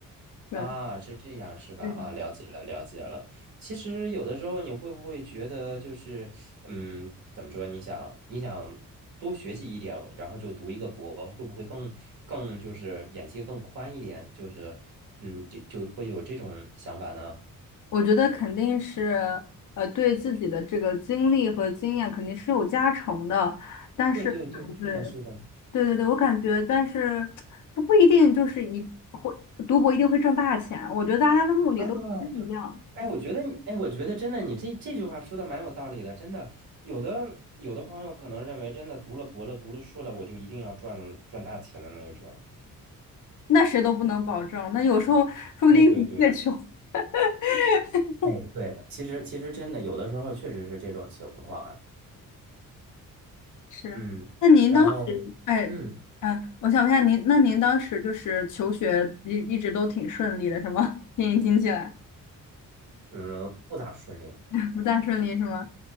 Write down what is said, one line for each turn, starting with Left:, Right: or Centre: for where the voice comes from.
Left: 对，
Right: 啊，是这样是吧？
Left: 嗯，
Right: 啊，了解了，了解了。其实有的时候你会不会觉得就是，嗯，怎么说？你想，你想多学习一点，然后就读一个博，会不会更更就是眼界更宽一点？就是，嗯，就就会有这种想法呢？
Left: 我觉得肯定是呃对自己的这个经历和经验肯定是有加成的，但是对
Right: 对对对，是的，是的。
Left: 对对对，我感觉，但是它不一定就是一会读博一定会挣大钱。我觉得大家的目的都不太一样。
Right: 啊，对，哎，我觉得你，哎，我觉得真的，你这这句话说的蛮有道理的，真的。有的有的朋友可能认为，真的读了博了，读了硕了，我就一定要赚赚大钱的那一种。
Left: 那谁都不能保证。那有时候说不定你越穷
Right: 对对对，
Left: <laughs>
Right: 哎，对，其实其实真的有的时候确实是这种情况啊，
Left: 是。
Right: 嗯，
Left: 那您当时，
Right: 然后，
Left: 哎，
Right: 嗯
Left: 哎，我想问一下您，那您当时就是求学一一直都挺顺利的，是吗？<laughs> 听您听起来
Right: 嗯，不咋顺利，
Left: <laughs> 不大顺利是吗？